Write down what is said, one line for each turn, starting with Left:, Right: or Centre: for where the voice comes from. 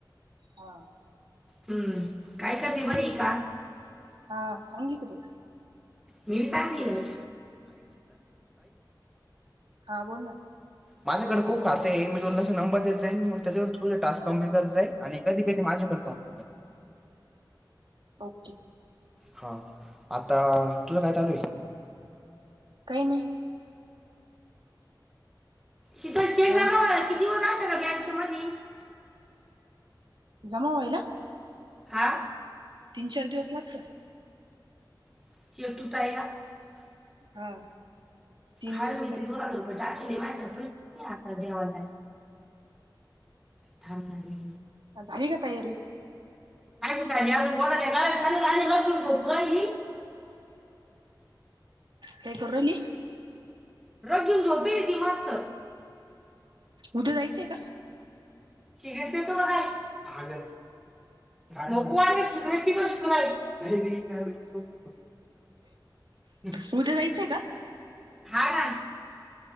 Right: हा.
Centre: हम्म. काय <unintelligible> बरीईका?
Right: हा. चांगली का तू?
Centre: मी. चांगलीए.
Right: हा बोल ना.
Centre: माझ्याकडे खूप खाते आहे मी नंबर देत मग त्याच्यावर थोड टास्क कं्प्युटर जा आहे आणि कधी कधी माझ. <unintelligible>
Right: ओके.
Centre: हा. आता तुला काय चालूए.
Right: काही नाही.
Centre: शीतल चेक
Right: जेवण
Centre: झालं <unintelligible> गॅग च्या मधी --
Right: जमा होईला.
Centre: हा.
Right: तीन चार दिवस लागत.
Centre: <unintelligible>
Right: हा. तीन
Centre: ह
Right: दिवस
Centre: मी
Right: तरी
Centre: ते दोन लाख रुपये टाकले मा्र पैसे हातात घ्यावा काय. थांबणारे.
Right: अ झाली काय तयारी?
Centre: आ अजून ब कराय झाचाल आणि र.
Right: काय करु राहीली?
Centre: रगून झोपेच दि मस्थ.
Right: उद्या जायचंय का?
Centre: <unintelligible> पीतो का काय? नको अरे <unintelligible> पीतोस काय. नाही <unintelligible>
Right: उद्या जायचंय का?
Centre: हा ना